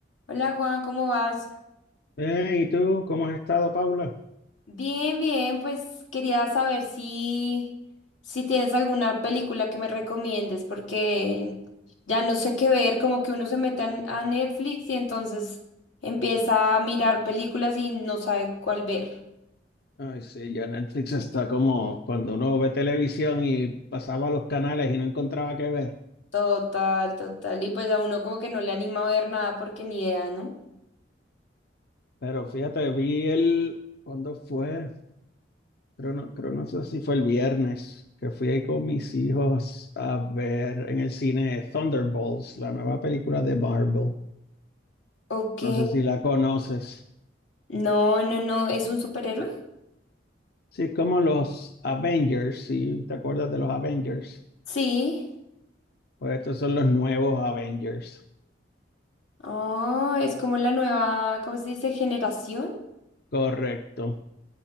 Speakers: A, on the left; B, on the left.
A: Hola Juan, ¿cómo vas?
B: Eh, ¿y tú cómo has estado, Paula?
A: Bien, bien, pues quería saber si, si tienes alguna película que me recomiendes, porque ya no sé qué ver, como que uno se mete a a Netflix y entonces empieza a mirar películas y no sabe cuál ver.
B: Ay, sí, ya Netflix está como cuando uno ve televisión y pasaba los canales y no encontraba qué ver.
A: Total, total. Y pues a uno como que no le anima a ver nada porque ni idea, ¿no?
B: Pero fíjate, vi el, ¿cuándo fue? Creo no, creo no sé si fue el viernes, que fui ahí con mis hijos a ver en el cine Thunderbolts, la nueva película de Marvel.
A: Ok.
B: No sé si la conoces.
A: No, no, no, ¿es un superhéroe?
B: Sí, es como los Avengers, si te acuerdas de los Avengers?
A: Sí.
B: Pues estos son los nuevos Avengers.
A: Oh, es como la nueva, ¿cómo se dice? Generación.
B: Correcto.